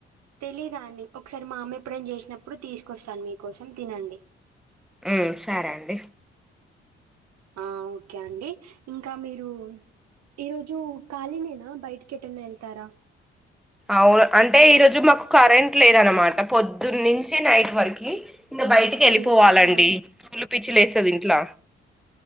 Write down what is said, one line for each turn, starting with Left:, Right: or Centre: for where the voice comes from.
Right: తెలీదాండి ఒకసారి మా అమ్మ ఎప్పుడైన జేసినప్పుడు తీసుకొస్తాను మీకోసం తినండి
Centre: ఉమ్ సరే అండి
Right: ఆ ఓకే అండి ఇంకా మీరూ ఈ రోజు కఖాలినేనా బయటికెటన్నా ఏల్తారా
Centre: ఔన అంటే ఈరోజు మాకు కరెంట్ లేదనమాట పొద్దున్నుంచి నైట్ వరకి ఇంగ బైటికి వెళ్ళిపోవాలండి
Right: ఉమ్ అవునా
Centre: ఫుల్ పిచ్చి లేస్తది ఇంట్లా